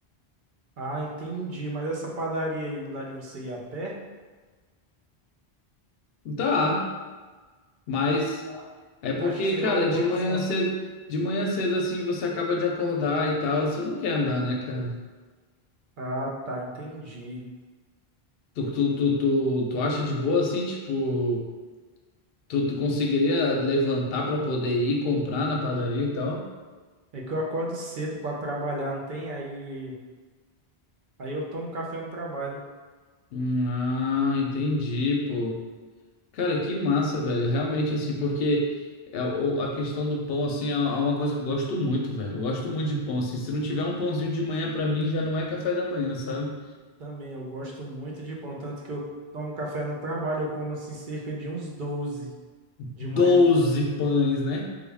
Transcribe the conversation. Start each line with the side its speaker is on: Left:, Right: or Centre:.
Right: Ah, entendi. Mas essa padaria aí não dá de você ir a pé?
Left: Tá, mas
Right: Ah,
Left: é porque,
Right: acho que seria
Left: cara,
Right: uma boa
Left: de
Right: opção.
Left: manhã cedo, de manhã cedo assim, você acaba de acordar e tal, você não quer andar, né, cara?
Right: Ah, tá, entendi.
Left: Tu, tu, tu, tu, tu acha de boa assim, tipo, tu, tu conseguiria levantar pra poder ir comprar na padaria e tal?
Right: É que eu acordo cedo pra trabalhar, não tem? Aí, aí eu tomo café no trabalho
Left: Hum, Ah, entendi, pô. Cara, que massa, velho. Realmente, assim, porque é, o- a questão do pão, assim, é é uma coisa que eu gosto muito, velho. Eu gosto muito de pão, assim. Se não tiver um pãozinho de manhã, pra mim, já não é café da manhã, sabe?
Right: também. Eu gosto muito de pão, tanto que eu tomo café no trabalho, eu como assim cerca de uns 12
Left: Doze
Right: de manhã.
Left: pães, né?